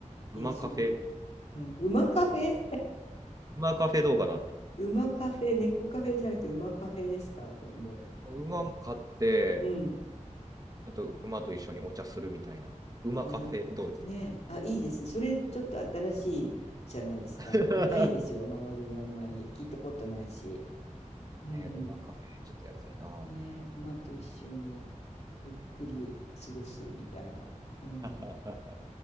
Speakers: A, on the right; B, on the left.
A: 馬カフェ、
B: いですよ。どう、うん。馬カフェ
A: 馬カフェどうかなって。
B: <laughs> 馬カフェ、猫カフェじゃなくて馬カフェですか、今度。
A: 馬も買って、
B: うん。
A: ちょっと馬と一緒にお茶するみたいな。馬カフェどうですか
B: まあねえあ、いいですね。それちょっと新しいじゃないですか。
A: <laughs>
B: ないですよ、周りにあんまり。聞いたことないし。うん。
A: ね、馬カフェちょっとやりたいな。
B: ねえ馬と一緒にゆっくり過ごすみたいな。うん。
A: <laughs>